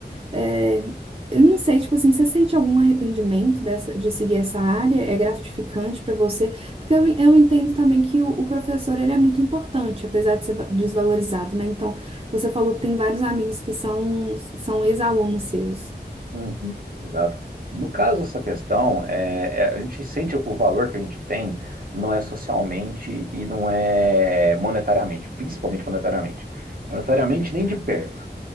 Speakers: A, on the right (about 35°); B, on the right (about 55°).
A: É, eu não sei, tipo assim, você sente algum arrependimento dessa, de seguir essa área? É gratificante pra você? Porque eu, eu entendo também que o, o professor, ele é muito importante, apesar de ser va- desvalorizado, né? Então, você falou que tem vários amigos que são, são ex-alunos seus.
B: Uhum, exato. No caso dessa questão, é, é, a gente sente o valor que a gente tem não é socialmente e não é monetariamente, principalmente monetariamente. Monetariamente, nem de perto.